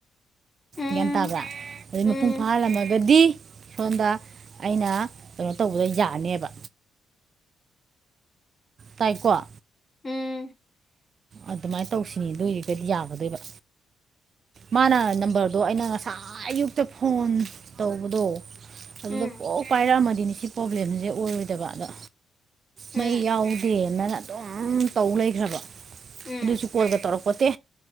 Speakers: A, on the left; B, on the right.
A: ꯎꯝ
B: ꯒ꯭ꯌꯥꯟ ꯇꯥꯕ꯭ꯔꯥ ꯑꯗꯩ
A: ꯎꯝ
B: ꯃꯄꯨꯡ ꯐꯥꯍꯜꯂꯝꯃꯒꯗꯤ ꯁꯣꯝꯗ ꯑꯩꯅ ꯀꯩꯅꯣ ꯇꯧꯕꯗ ꯌꯥꯅꯦꯕ ꯇꯥꯏꯀꯣ
A: ꯎꯝ
B: ꯑꯗꯨꯃꯥꯏꯅ ꯇꯧꯁꯦ ꯅꯣꯏꯖꯤꯒꯗꯤ ꯌꯥꯒꯗꯣꯏꯕ ꯃꯥꯅ ꯅꯝꯕꯔꯗꯣ ꯑꯩꯅ ꯑꯥꯏ ꯑꯌꯨꯛꯇ ꯐꯣꯟ ꯇꯧꯕꯗꯣ ꯑꯗꯨꯗ
A: ꯎꯝ
B: ꯀ‌ꯣꯛ ꯄꯥꯏꯔꯛꯑꯝꯃꯗꯤꯅ‌ꯦ ꯁꯤ ꯄ꯭ꯔꯣꯕ꯭ꯂꯦꯝꯖ‌ꯦ ꯑꯣꯏꯔꯣꯏꯗꯕ ꯑꯗꯣ
A: ꯎꯝ
B: ꯃꯩ ꯌꯥꯎꯗꯦꯅ ꯑꯗꯨꯝ ꯇꯧ ꯂꯩꯈ꯭ꯔꯕ
A: ꯎꯝ
B: ꯑꯗꯨꯁꯨ ꯀꯣꯜꯒ ꯇꯧꯔꯛꯄꯣꯠꯇꯦ